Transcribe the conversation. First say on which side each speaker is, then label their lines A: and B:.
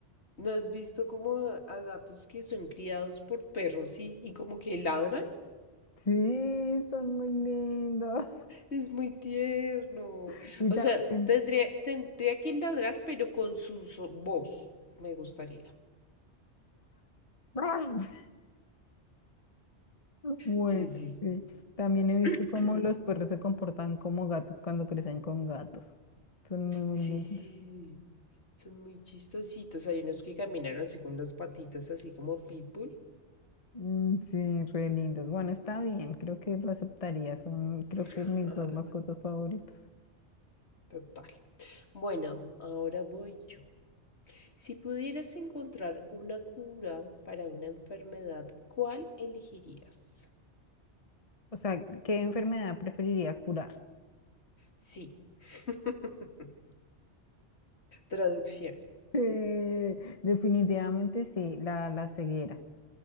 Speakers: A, on the left; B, on the left.
A: ¿No has visto como a, a gatos que son criados por perros y, y como que ladran?
B: Sí, son muy lindos.
A: Es muy tierno.
B: <laughs> Y
A: O
B: también,
A: sea, tendría, tendría que ladrar, pero con su so- voz. Me gustaría.
B: <laughs> bueno,
A: Sí, sí.
B: sí, También he visto
A: <clears throat>
B: cómo los perros se comportan como gatos cuando crecen con gatos. Son muy, muy
A: Sí,
B: lindos.
A: sí. Son muy chistositos. Hay unos que caminan así con las patitas, así como pitbull.
B: Mm, sí, re lindos. Bueno, está bien, creo que lo aceptaría. Son, creo
A: <laughs>
B: que mis dos mascotas favoritas.
A: Total. Bueno, ahora voy yo. Si pudieras encontrar una cura para una enfermedad, ¿cuál elegirías?
B: O sea, ¿qué enfermedad preferiría curar?
A: Sí. <laughs> Traducción.
B: Eh, definitivamente sí, la, la ceguera.